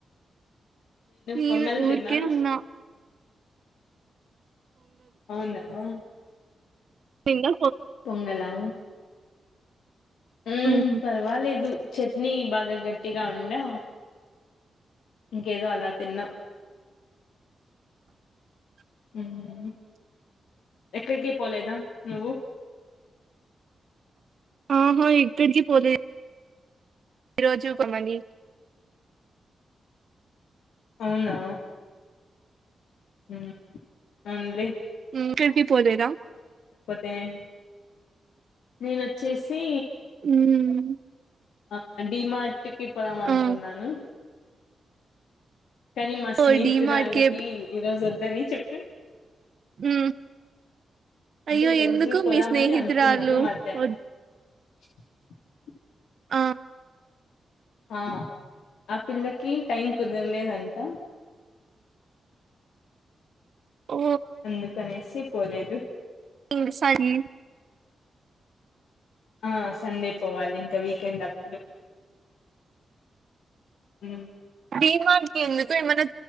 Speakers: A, on the right; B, on the left.
A: నేను
B: పొంగల్
A: ఊరికే
B: తిన్నాను
A: ఉన్నా
B: అవున ఆ
A: తింగా
B: పొంగల ఉ
A: మ్
B: పర్వాలేదు చట్నీ బాగా గట్టిగా ఉండా ఇంకేదో అలా తిన్నా ఉహుహు ఎక్కడికి పోలేదా నువ్వు?
A: ఆహా ఇక్కడికి పోలే ఈరోజు ఒక మని
B: అవునా ఉహు అవున్లే
A: ఊ ఎక్కడికి పోలేదా?
B: దేనే నేనుచ్చేసి
A: మ్
B: ఆ డిమార్ట్ కి పోదాం అనుకున్నాను.
A: ఆ
B: కానీ మా స్నేహితురాళ్ళకి
A: ఓ డి మార్ట్ కి
B: ఈ రోజు వద్దని చెప్పా
A: ఆ
B: అంటే
A: అయ్యో
B: ఈ రోజు
A: ఎందుకు
B: పోదామని
A: మీ స్నేహితురాలు
B: అనుకున్నాను మధ్యాహ్నం
A: వద్
B: <inaudible>
A: ఆ
B: ఆ ఆ పిల్లకి టైమ్ కుదరలేదంట.
A: ఓ
B: అందుకనేసి పోలేదు
A: ఇన్ సాజి
B: ఆ సండే పోవాలి ఇంకా వీకెండ్ అప్పుడు మ్
A: డిమర్ట్ కి ఎందుకు ఏమన